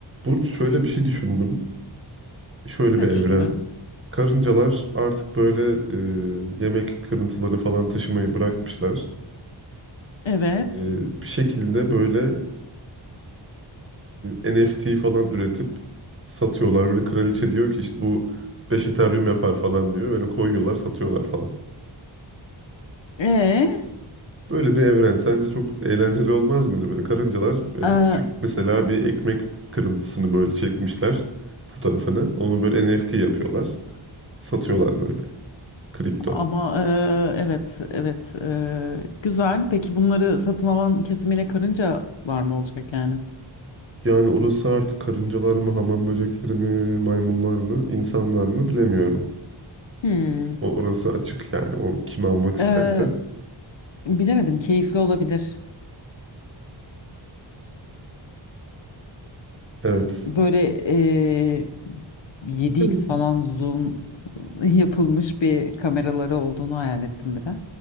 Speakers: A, on the right (about 25°); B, on the left (about 65°).
A: Burcu şöyle bir şey düşündüm. Şöyle
B: Ne
A: bir evren.
B: düşündün?
A: Karıncalar artık böyle e, yemek kırıntıları falan taşımayı bırakmışlar.
B: Evet.
A: E, bir şekilde böyle e, NFT falan üretip satıyorlar. Böyle kraliçe diyor ki işte bu 5 Ethereum yapar falan diyor. Böyle koyuyorlar satıyorlar falan.
B: Ee,
A: Böyle bir evren sence çok eğlenceli olmaz mıydı? Böyle karıncalar böyle
B: Ee,
A: küçük mesela bir ekmek kırıntısını böyle çekmişler fotoğrafını. Onu böyle NFT yapıyorlar. Satıyorlar böyle kripto.
B: ama ee, evet evet ee, güzel. Peki bunları satın alan kesimiyle karınca var mı olacak yani?
A: Yani orası artık karıncalar mı, hamam böcekleri mi, maymunlar mı, insanlar mı bilemiyorum.
B: Hmm.
A: O orası açık yani o kim almak isterse.
B: Ee, bilemedim. Keyifli olabilir.
A: Evet.
B: Böyle ee, 7x
A: Hmm.
B: falan zoom yapılmış bir kameraları olduğunu hayal ettim bir de.